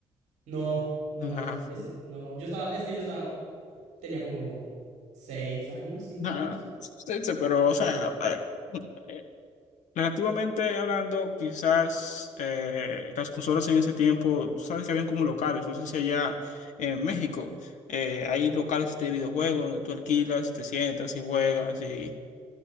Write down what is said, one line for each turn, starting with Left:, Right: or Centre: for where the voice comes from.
Right: No, no,
Left: Ah,
Right: no, no. Ese, no, yo estaba, es que yo estaba Tenía como seis años, cinco
Left: ah,
Right: años.
Left: sí, sí, pero, o sea, eh, eh, relativamente hablando, quizás eh, las consolas en ese tiempo, tú sabes que habían como locales, no sé si allá en México eh, hay locales de videojuegos donde tú alquilas y te sientas y juegas y...